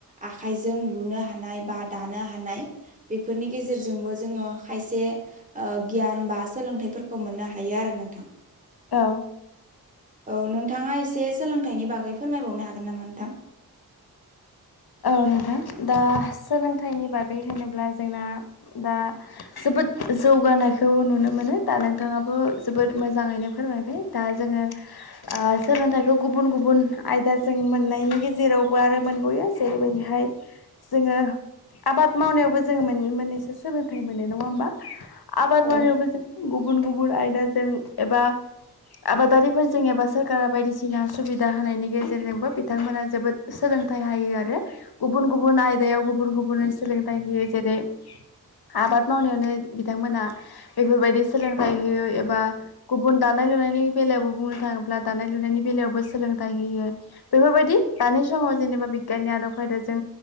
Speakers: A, on the right (about 20°); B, on the left (about 70°).
A: आखाइजों लुनो हा हानाय बा दानो हानाय बेफोरनि गेजेरजोंबो जोङो खायसे ओ गियान बा सोलोंथाइफोरखौ मोननो हायो आरो नोंथां।
B: औ।
A: औ नोंथाङा एसे सोलोंथाइनि बागै फोरमायबावनो हागोन नामा नोंथां।
B: औ नोंथां दा सोलोंथाइनि बागै होनोब्ला जोंना दा जोबोद बोद जौगानायखौ नुनो मोनो दा नोंथाङाबो जोबोद मोजाङैनो फोरमायबाय दा जोङो ओ सोलोंथाइखौ गुबुन गुबुन आयदाजों मोननायनि गेजेरावबो आरो मोनबयो जेरैबायदिहाय जोङो आबाद मावनायावबो जोङो मोननैसो सोलोंथाइ मोनो नङा होमबा आबाद
A: औ
B: मावनायावबो जों गुबुन गुबुन आयदाजों एबा आबादारिफोरजों एबा सोरकारा बायदिसिना सुबिदा होनायनि गेजेरजोंबो बिथांमोना जोबोद सोलों थाइ हायो आरो गुबुन गुबुन आयदायाव गुबुन गुबुनै सोलोंथाइ होयो जेरै आबाद मावनायावनो बिथांमोनहा बेफोरबायदि सोलोंथाइ होयो एबा गुबुन दा नाय लुनायनि बेलावबो बुंनो थाङोब्ला दानाय लुनायनि बेलावबो सोलोंथाय होयो बेफोरबायदि दानि समाव जेनबा बि गियाननि आदब खायदाजों